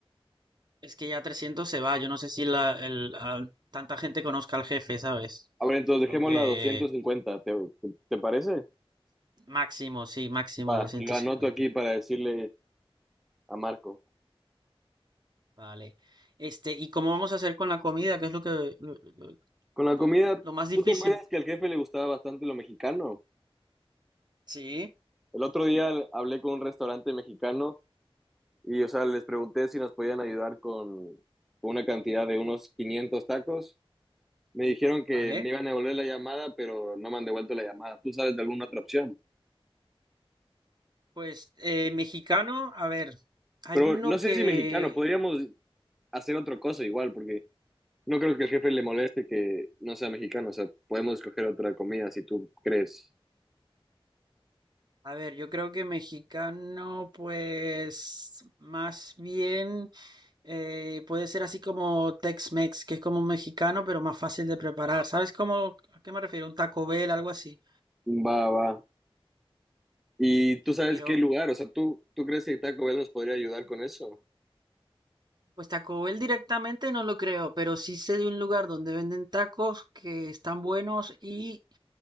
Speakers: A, on the right; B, in the centre.
A: Es que ya 300 se va. Yo no sé si la, el- al- tanta gente conozca al jefe, ¿sabes?
B: A ver, entonces
A: Yo creo
B: dejémoslo
A: que
B: a 250, ¿te, te, te parece?
A: máximo, sí, máximo
B: Va,
A: doscientos
B: lo anoto
A: cincuenta
B: aquí para decirle a Marco.
A: Vale. Este, ¿y cómo vamos a hacer con la comida? ¿Qué es lo que lo, lo-
B: Con la
A: lo-
B: comida,
A: lo más difícil?
B: ¿tú te acuerdas que al jefe le gustaba bastante lo mexicano?
A: Sí,
B: El otro día hablé con un restaurante mexicano y, o sea, les pregunté si nos podían ayudar con una cantidad de unos 500 tacos. Me dijeron que
A: vale.
B: me iban a devolver la llamada, pero no me han devuelto la llamada. ¿Tú sabes de alguna otra opción?
A: Pues eh, mexicano, a ver, hay
B: Pero
A: uno
B: no sé
A: que
B: si mexicano, podríamos hacer otra cosa igual, porque no creo que el jefe le moleste que no sea mexicano. O sea, podemos escoger otra comida si tú crees.
A: A ver, yo creo que mexicano, pues más bien eh, puede ser así como Tex-Mex, que es como un mexicano, pero más fácil de preparar. ¿Sabes cómo, a qué me refiero? Un Taco Bell, algo así.
B: Va, va. ¿Y tú sabes
A: Pero,
B: qué lugar? O sea, ¿tú, tú crees que Taco Bell nos podría ayudar con eso?
A: pues Taco Bell directamente no lo creo, pero sí sé de un lugar donde venden tacos que están buenos y